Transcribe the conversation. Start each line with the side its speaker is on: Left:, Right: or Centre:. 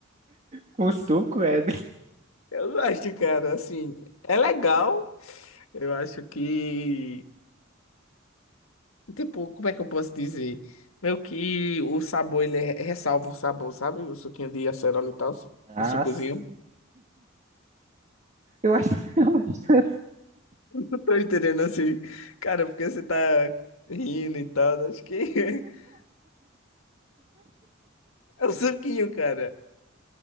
Right: com suco, é?
Left: Eu gosto, cara, assim, é legal. Eu acho que, tipo, como é que eu posso dizer? Meio que o sabor, ele é- ressalva o sabor, sabe? O suquinho de acerola e tal,
Right: Ah,
Left: o sucozinho.
Right: s- Eu acho. <laughs>
Left: <laughs> Não tô entendendo assim. Cara, porque você tá rindo e tal, acho que <laughs> é o suquinho, cara.